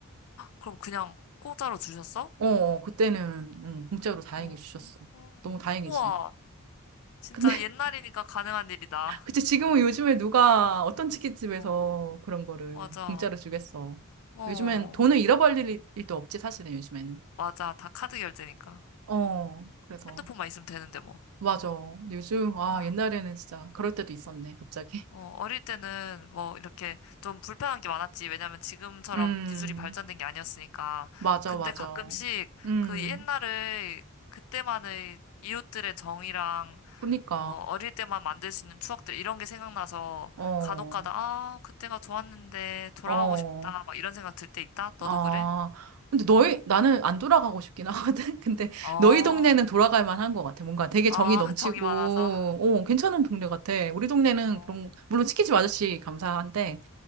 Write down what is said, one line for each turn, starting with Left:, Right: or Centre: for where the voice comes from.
Left: 그럼 그냥 공짜로 주셨어?
Right: 어, 어, 그때는 음, 공짜로 다행히
Left: 어,
Right: 주셨어.
Left: 어.
Right: 너무 다행이지.
Left: 우와, 진짜
Right: 근데
Left: 옛날이니까 가능한 일이다.
Right: <laughs> 그치 지금은 요즘에 누가 어떤 치킨집에서
Left: 어,
Right: 그런 거를
Left: 맞아.
Right: 공짜로 주겠어.
Left: 어,
Right: 요즘엔 돈을 잃어버릴 일- 일도 없지 사실은 요즘에는.
Left: 맞아. 다 카드 결제니까.
Right: 어, 그래서
Left: 핸드폰만 있으면 되는데 뭐.
Right: 맞아. 근데 요즘 아
Left: 아.
Right: 옛날에는 진짜 그럴 때도 있었네 갑자기.
Left: 어, 어릴 때는 뭐 이렇게 좀 불편한 게 많았지. 왜냐면 지금처럼
Right: <laughs> 음,
Left: 기술이 발전된 게 아니었으니까.
Right: 맞아
Left: 근데
Right: 맞아.
Left: 가끔씩
Right: 음,
Left: 그 옛날의 그때만의 이웃들의 정이랑
Right: 그니까
Left: 어, 어릴 때만 만들 수 있는 추억들 이런 게 생각나서
Right: 어,
Left: 간혹 가다 아, 그때가 좋았는데 돌아가고
Right: 어.
Left: 싶다. 막 이런 생각 들 때 있다. 너도
Right: 아,
Left: 그래?
Right: 근데 너희, 나는 안 돌아가고 싶긴 하거든? <laughs> 근데
Left: 어,
Right: 너희 동네는 돌아갈 만한 것 같아. 뭔가 되게
Left: 아,
Right: 정이 넘치고,
Left: <laughs> 정이 많아서.
Right: 어, 괜찮은 동네 같아. 우리 동네는
Left: 어,
Right: 그런, 물론 치킨집 아저씨 감사한데,